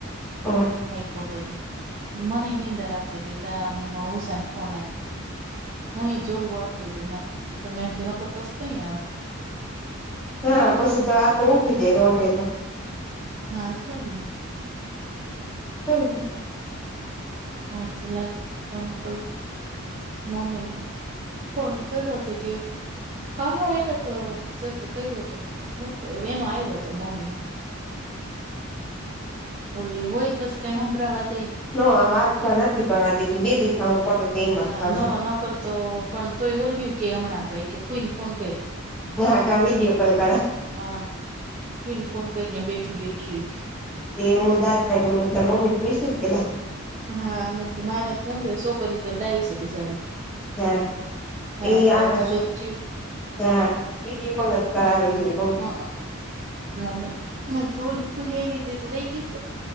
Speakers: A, in the centre; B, on the right.
A: હ-
B: કઈકોતોતી મનેનીંદ રાત હતીી ત ઉસાાન ફોન આ- હું એ જોલું આવતું હતું મારે તો મે એક જનો કપસ કઈ-
A: હા પછી તો આતો ઉઠી જાય દોડે તો-
B: હા ચાલ-
A: હમ-
B: હા તો લ બલકુલ મમી- હન કઈ રતી હતી હા હા એટ તો સેટ કઈ રહતો- એનું આવ્યું હતો મમ્મી ન- ઓલયો હોય તોસ કઈ હમભરાવાત-
A: હ વાત નથી કરવા દીધી બે દી થા હું- તો એમ જ
B: હ
A: કરે
B: ન નકરતો પણ તોય ઓલય્યું કે હમણાં તોય કે ફૂઈને ફોન કર-
A: ના કા વિડીયો કોલ કરા-
B: હા ફને ફોન કરીને બેઠું બેઠી-
A: તેવું દાત પ મમ્મી પૈશ પેલા-
B: હા અ માને કેમ શો કરીશ તો ડાયી છે બેસાડી-
A: હ
B: હા
A: એ આ
B: તું જોત્યું
A: હ બડી કોલજ કરાવી-
B: હ મમ્મી મે ધોલી પૂજ એવી હતી તું વે ગી-